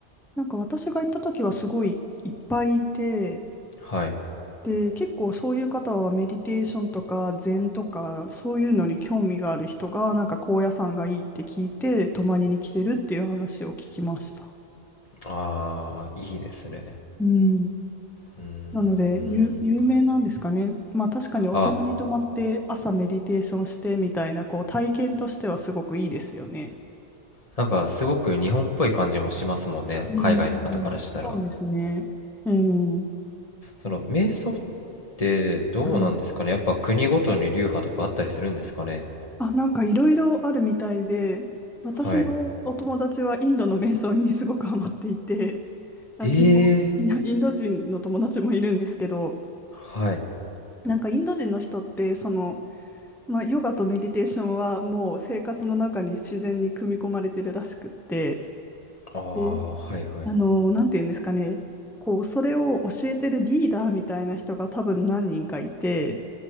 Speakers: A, in the centre; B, on the left.
A: なんか私が行った時はすごいいっぱいいて、
B: はい。
A: で、結構そういう方はメディテーションとか禅とかそういうのに興味がある人がなんか高野山がいいって聞いて泊まりに来てるっていう話を聞きました。
B: ああ、いいですね。
A: うん
B: うーん
A: なので、有、有名なんですかね。まあ確かにお寺に泊まって朝メディテーションしてみたいな、
B: あ、
A: こう体験としてはすごくいいですよね。
B: なんかすごく日本っぽい感じもしますもんね、
A: うん。
B: 海外の方からしたら。
A: そうですね。えー、
B: その瞑想ってどうなんですかね、
A: はい。
B: やっぱ国ごとに流派とかあったりするんですかね。
A: あ、なんかいろいろあるみたいで、私のお友達はインドの瞑想にすごくハマっていて、
B: はい。
A: あ、
B: ええー
A: インド、おインド人の友達もいるんですけど、
B: はい。
A: なんかインド人の人って、その、まあ、ヨガとメディテーションはもう生活の中に自然に組み込まれてるらしくって、
B: ああ、
A: で
B: はいはい。
A: あの、なんて言うんですかね、こう、それを教えてるリーダーみたいな人が多分何人かいて、